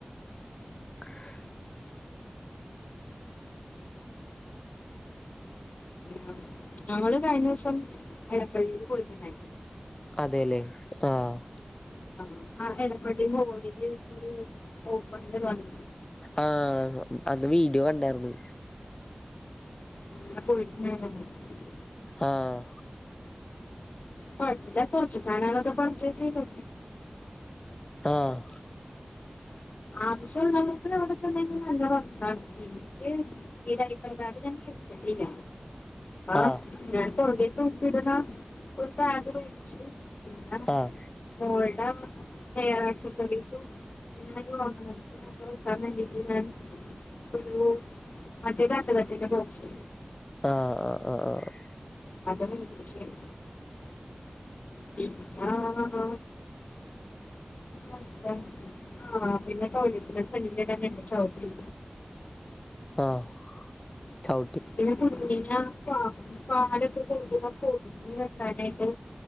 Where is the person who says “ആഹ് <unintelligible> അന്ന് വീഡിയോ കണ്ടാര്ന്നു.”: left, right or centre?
Left